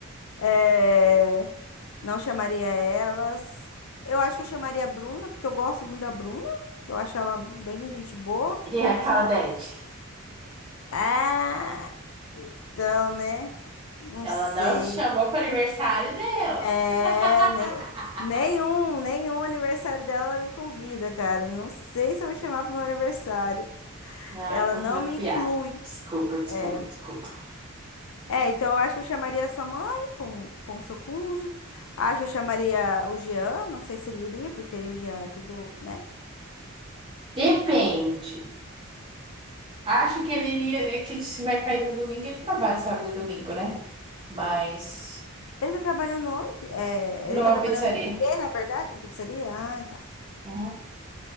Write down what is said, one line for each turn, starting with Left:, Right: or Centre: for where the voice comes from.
Left: É, Não chamaria elas. Eu acho que eu chamaria a Bruna, porque eu gosto muito da Bruna. Eu acho ela bem gente boa.
Right: E a Claudete.
Left: Ah, então, né? Não
Right: Ela
Left: sei.
Right: não te chamou para o aniversário dela.
Left: É,
Right: <laughs>
Left: nem, nenhum, nenhum aniversário dela ela me convida, cara. Não sei se eu vou chamar pro meu aniversário.
Right: Não,
Left: Ela
Right: estou
Left: não
Right: fazendo
Left: me
Right: piada.
Left: inclui.
Right: Desculpa, desculpa,
Left: É,
Right: desculpa.
Left: É, então eu acho que eu chamaria a sua mãe com, com o seu cônjuge. Acho que eu chamaria o Jean, não sei se ele iria, porque ele, o Jean é tudo, né?
Right: Depende. Acho que ele iria, é que se vai cair no domingo, ele trabalha sábado e domingo, né? Mas
Left: Ele tá trabalhando onde? É,
Right: numa
Left: ele tá trabalhando
Right: pizzaria,
Left: com o quê, na verdade? Em pizzaria? Ah, tá.
Right: uhum,